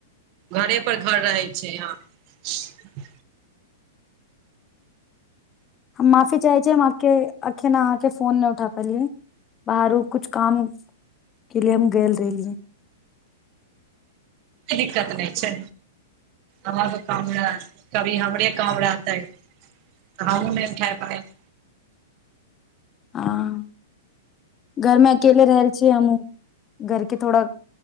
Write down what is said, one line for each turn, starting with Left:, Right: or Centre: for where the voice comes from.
Right: घरे पर घर रहै छै यहाँ
Left: हम माफी चाहे छी हम आके अखन अहाँके फोन नहि उठा पलियै बाहरो कुछ काम के लिए हम गेल रहलियए।
Right: कोनो दिक्कत नहि छै। आ काम रहे कभी हमरे काम रहतै तऽ हमूँ नहि उठाय पायब
Left: हँ घरमे अकेले रहल छियै हमूँ घरके थोड़ा